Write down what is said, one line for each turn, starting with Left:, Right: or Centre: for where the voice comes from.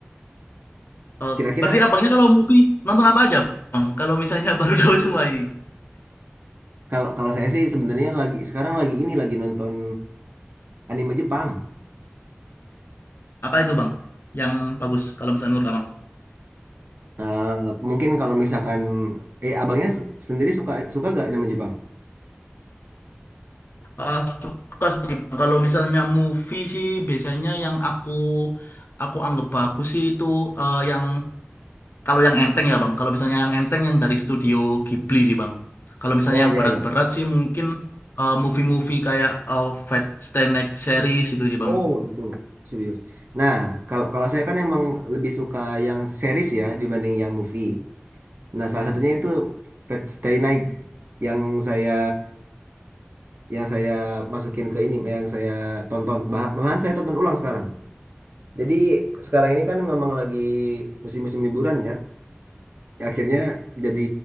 Left: Oh,
Right: Kira-kira
Left: berarti abangnya kalau movie nonton apa aja, Bang? Kalau misalnya <laughs> baru tahu semua ini.
Right: Kalau kalau saya sih sebenarnya lagi sekarang lagi ini lagi nonton anime Jepang.
Left: Apa itu, Bang? Yang bagus kalau misalnya menurut Abang.
Right: Eh, mungkin kalau misalkan eh abangnya s- sendiri suka suka gak anime Jepang?
Left: Eh, suka sih, Bang. Kalau misalnya movie sih biasanya yang aku aku anggap bagus sih itu eh, yang kalau yang enteng ya, Bang. Kalau misalnya yang enteng yang dari studio Ghibli sih, Bang. Kalau misalnya
Right: Oh
Left: yang
Right: iya
Left: berat-berat
Right: iya.
Left: sih mungkin eh, movie-movie kayak eh, Fat Stanek series itu sih, Bang.
Right: Oh itu serius. Nah kalau kalau saya kan emang lebih suka yang series ya dibanding yang movie. Nah salah satunya itu Fate Stay Night yang saya yang saya masukin ke ini yang saya tonton. Bah- Malahan saya tonton ulang sekarang. Jadi sekarang ini kan memang lagi musim-musim liburan ya. akhirnya jadi